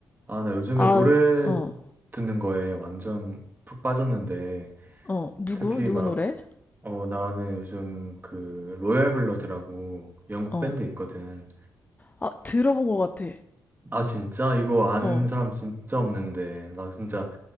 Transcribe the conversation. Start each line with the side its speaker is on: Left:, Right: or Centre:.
Right: 아, 나 요즘에
Left: 아,
Right: 노래
Left: 어,
Right: 듣는 거에 완전 푹 빠졌는데,
Left: 어. 누구?
Right: 특히
Left: 누구
Right: 막,
Left: 노래?
Right: 어, 나는 요즘 그, 로얄 블러드라고 영국
Left: 어.
Right: 밴드 있거든.
Left: 아, 들어본 것 같아.
Right: 아, 진짜? 이거 아는
Left: 어.
Right: 사람 진짜 없는데, 나 진짜,